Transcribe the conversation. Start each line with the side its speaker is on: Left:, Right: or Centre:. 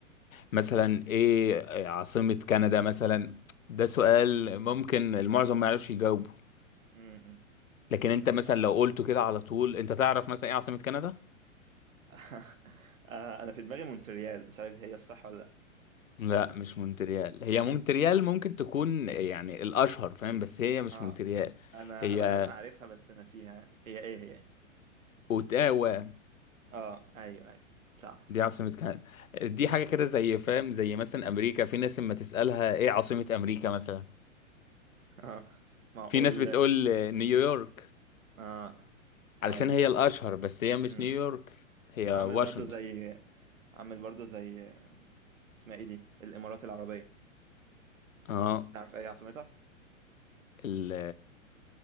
Left: مثلا ايه عاصمة كندا مثلا ده سؤال ممكن المعظم ما يعرفش يجاوبه
Right: امم
Left: لكن
Right: فاهم
Left: انت مثلا
Right: فاهم
Left: لو قلته كده على طول انت تعرف مثلا ايه عاصمة كندا
Right: <laughs> آه، انا في دماغي مونتريال مش عارف هي الصح ولا لا
Left: لا مش مونتريال هي مونتريال ممكن تكون يعني الأشهر فاهم بس هي مش
Right: اه
Left: مونتريال
Right: انا
Left: هي
Right: انا غالبا عارفها بس ناسيها هي ايه هي
Left: أوتاوا
Right: اه ايوه ايوه صح صح
Left: دي عاصمة
Right: <laughs>
Left: كندا دي حاجة كده زي فاهم زي مثلا أمريكا في ناس لما تسألها إيه عاصمة أمريكا مثلا
Right: اه معقول
Left: في ناس بتقول نيويورك
Right: اه
Left: علشان
Right: ايوه
Left: هي
Right: ايوه
Left: الأشهر بس هي مش
Right: امم
Left: نيويورك هي
Right: عامل
Left: واشنطن
Right: برضو زي عامل برضو زي اسمها ايه دي الامارات العربيه
Left: اه
Right: تعرف ايه عاصمتها
Left: ال